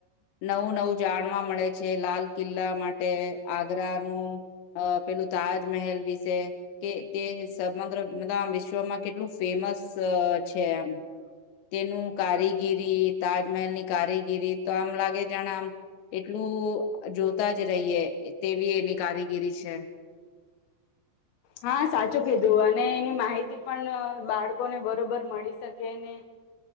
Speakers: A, on the left (about 70°); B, on the left (about 85°).
A: નવું નવું જાણવા મળે છે, લાલ કિલ્લા માટે આગ્રાનું પેલું અ તાજમહેલ વિશે કે તે સમગ્ર મ આમ વિશ્વમાં કેટલું ફેમસ છે, આમ તેનું કારીગીરી તાજ તાજમલ ની કારીગીરી તો આમ લાગે જાણે આમ એટલું જોતા જ રહીએ તેવી એની કારીગીરી છે
B: હા, સાચું કીધું અને એની માહિતી પણ બાળકોને બરોબર મળી શકે ને